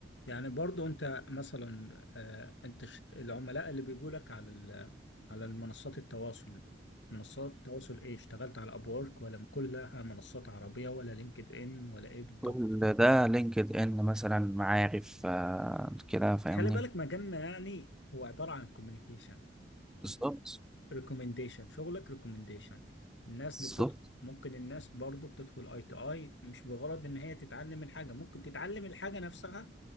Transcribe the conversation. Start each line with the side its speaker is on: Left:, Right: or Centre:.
Left: يعني برضو انت مثلا آه، انت ش- العملاء اللي بيجوا لك على ال- على المنصات التواصل منصات التواصل ايه اشتغلت على ابورك ولا كلها منصات عربية ولا لينكد ان ولا ايه بالضبط
Centre: كل ده لينكد ان مثلا معارف آه كده فاهمني
Left: خلي بالك مجالنا يعني هو عبارة عن كوميونيكيشن
Centre: بالظبط
Left: ريكومنديشن شغلك ريكومنديشن الناس اللي
Centre: بالظبط
Left: بتدخل ممكن الناس برضو بتدخل اي تو اي مش بغرض ان هي تتعلم الحاجة ممكن تتعلم الحاجة نفسها